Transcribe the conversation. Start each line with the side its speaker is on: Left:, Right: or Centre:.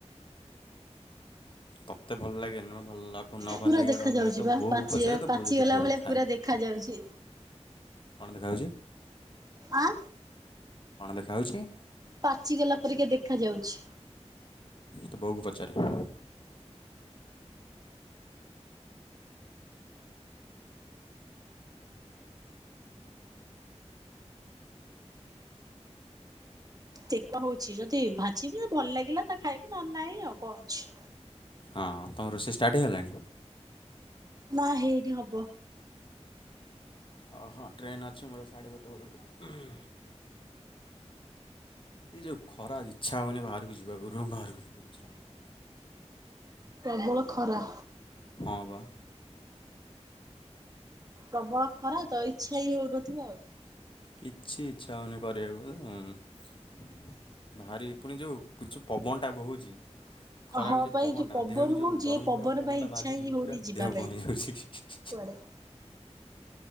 Left: ତୋତେ ଭଲ ଲାଗେ ଏନେ ଭଲ ଲାଗ ତା ନ
Right: ପୁରା
Left: ଭଲ ଲାଗେ
Right: ଦେଖା
Left: ଭଲ
Right: ଯାଉଛି
Left: ଲାଗେ ତ
Right: ବା
Left: ବୋଉକୁ
Right: ପାଚି
Left: ପଚାରେ ତ
Right: ପାଚିଗଲା
Left: ବୋଉ ଯଦି କହିବ
Right: ଭଳିଆ
Left: ଖାଇବୁ
Right: ପୁରା ଦେଖା
Left: ଖାଇବୁ।
Right: ଯାଉଛି।
Left: କଣ ଦେଖାଯାଉଛି।
Right: ଆଁ।
Left: କଣ ଦେଖା ହେଉଛି?
Right: ପାଚିଗଲା ପରିକା ଦେଖା ଯାଉଛି।
Left: ତୋ ବୋଉକୁ ପଚାରେ।
Right: ସେଇ ତ ହଉଛି ଯଦି ଭାଜିବେ ଭଲ ଲାଗିଲା ତ ଖାଇବେ ନହେଲେ ନାହିଁ ଆଉ କଣ ଅଛି।
Left: ହଁ ତମ ରୋଷେଇ ଷ୍ଟାର୍ଟ ହେଇଗଲାଣି?
Right: ନା ହେଇନି ହବ।
Left: ଅ ହଁ ଟ୍ରେନ୍ ଅଛି ମୋର ସାଢ଼େ ଗୋଟେ ବେଳକୁ। ଏ ଯେଉ ଖରା ଇଚ୍ଛା ହଉନି ବାହାରକୁ ଯିବାକୁ ରୁୁମ୍ ବାହାରକୁ ଯିବାକୁ ଇଚ୍ଛା ହଉନି।
Right: ବହୁତ୍ ଖରା।
Left: ହଁ ବା।
Right: ପ୍ରବଳ ଖରା ତ ଇଚ୍ଛା ହିଁ ହଉନଥିବ ଆଉ।
Left: କିଛି ଇଚ୍ଛା ହଉନି କରିବାକୁ ଉଁ। ଭାରି ପୁଣି ଯୋଉ କୁଛୁ ପବନଟା ବୋହୁଛି ଖରାକୁ
Right: ହଁ
Left: ଯୋଉ
Right: ପାଇଁ
Left: ପବନଟା
Right: ପବନ
Left: ଦେହକୁ ଯୋଉ
Right: ହଉଛି
Left: ଗରମ
Right: ଏ
Left: ଗରମ ପବନ
Right: ପାଇଁ
Left: ଟା
Right: ଇଚ୍ଛା
Left: ବାଜୁଛି
Right: ହିଁ ହଉନି
Left: ପୁରା
Right: ଯିବା
Left: ଦେହ
Right: ପାଇଁ
Left: କଣ ହେଇଯାଉଛି।
Right: କୁଆଡେ?